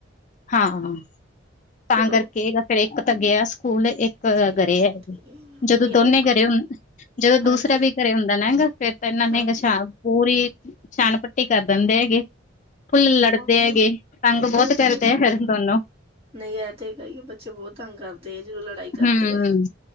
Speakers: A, on the left (about 35°); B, on the right (about 30°).
A: ਹਾਂ, ਤਾਂ
B: ਚਲੋ
A: ਕਰਕੇ ਫਿਰ ਇੱਕ ਤਾਂ ਗਿਆ ਸਕੂਲ ਇੱਕ ਪਤਾ
B: ਠੀਕ
A: ਕਰਿਐ।
B: ਠੀਕ
A: ਜਦੋਂ
B: ਨਹੀਂ
A: ਦੋਨੇ
B: ਉਹ
A: ਘਰੇ ਹੁੰ ਜਦੋਂ ਦੂਸਰਾ
B: ਹਾਂਜੀ
A: ਵੀ ਘਰੇ ਹੁੰਦਾ ਨਾ ਹੈਂਗਾ ਫੇਰ ਤਾਂ ਇਨਾਂ ਨੇ
B: ਹਾਂਜੀ
A: ਗਸ਼ਾਬ ਪੂਰੀ ਛਾਨ ਪੱਟੀ ਕਰ ਦਿੰਦੇ ਹੈਗੇ ਫੁੱਲ ਲੜਦੇ
B: ਉਹ
A: ਹੈਗੇ ਤੰਗ ਬੌਤ
B: ਉਹ
A: ਕਰ
B: ਤੇ
A: ਫਿਰੋਨੂੰ
B: ਨਹੀਂ ਐ ਤੇ ਕਹੀਏ ਬੱਚੇ ਬਹੁਤ ਤੰਗ ਕਰਦੇ। ਤੇਜ ਲੜਾਈ ਕਰਦੇ
A: ਹਮ
B: ਆ।